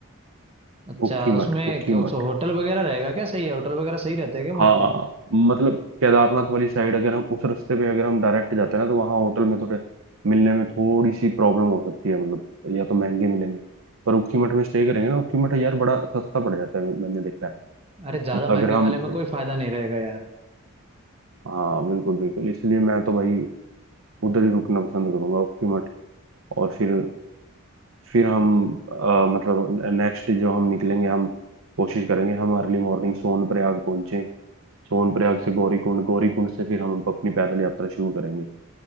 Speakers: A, on the right; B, on the right.
A: अच्छा
B: उखी
A: उसमें
B: मठ उखी
A: क्या उस
B: मठ
A: होटल वगैरह रहेगा क्या सही है होटल वगैरह सही रहते हैं क्या
B: हाँ
A: वहाँ पे
B: मतलब केदारनाथ वाली साइड अगर हम उस रास्ते पे अगर हम डायरेक्ट जाते हैं ना तो वहाँ होटल में थोड़े मिलने में थोड़ी सी प्रॉब्लम हो सकती है मतलब या तो महंगे मिलेंगे पर उखी मठ में स्टे करेंगे ना उखी मठ यार बड़ा सस्ता पड़ जाता है मैंने देखा है
A: अरे ज्यादा महंगे
B: अगर हम
A: वाले में कोई फायदा नहीं रहेगा यार
B: हाँ बिल्कुल बिल्कुल इसलिए मैं तो भाई उधर ही रुकना पसंद करूंगा ओखी मठ और फिर फिर हम अ, मतलब नेक्स्ट जो हम निकलेंगे हम कोशिश करेंगे हम अर्ली मॉर्निंग सोनप्रयाग पहुंचे सोनप्रयाग से गौरीकुंड गौरीकुंड से फिर हम अपनी पैदल यात्रा शुरू करेंगे